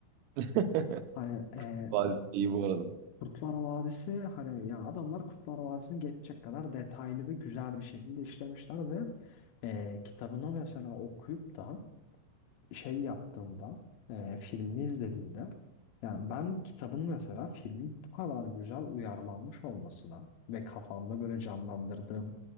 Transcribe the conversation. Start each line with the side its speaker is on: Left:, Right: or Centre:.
Right: <laughs>
Left: Hani e,
Right: Bazı iyi bu arada.
Left: Kurtlar Vadisi hani ya adamlar Kurtlar Vadisi'ni geçecek kadar detaylı ve güzel bir şekilde işlemişler ve e, kitabını mesela okuyup da şey yaptığımda e, filmini izlediğimde yani ben kitabın mesela filmi bu kadar güzel uyarlanmış olmasına ve kafamda böyle canlandırdığım